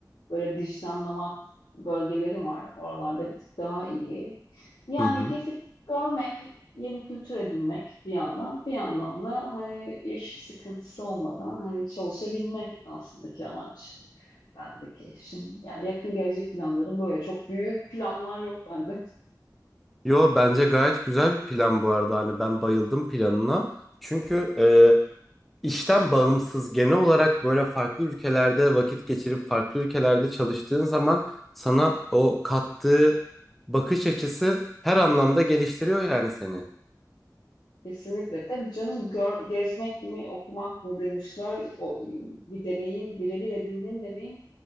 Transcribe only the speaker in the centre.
hı hı.
Yo bence gayet güzel bir plan bu arada. Hani ben bayıldım planına. Çünkü e, işten bağımsız genel olarak böyle farklı ülkelerde vakit geçirip farklı ülkelerde çalıştığın zaman sana o kattığı bakış açısı her anlamda geliştiriyor yani seni.